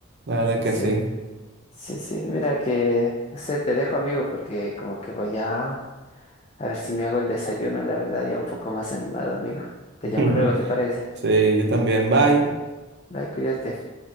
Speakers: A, on the right (about 50°); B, on the left (about 30°).
A: La verdad que
B: Sí,
A: sí.
B: sí, sí, mira que, no sé, te dejo amigo porque como que voy a, a ver si me hago el desayuno, la verdad, ya un poco más animado, amigo. Te
A: <laughs>
B: llamo luego, ¿te parece?
A: Sí, yo también. Bye.
B: Bye, cuídate.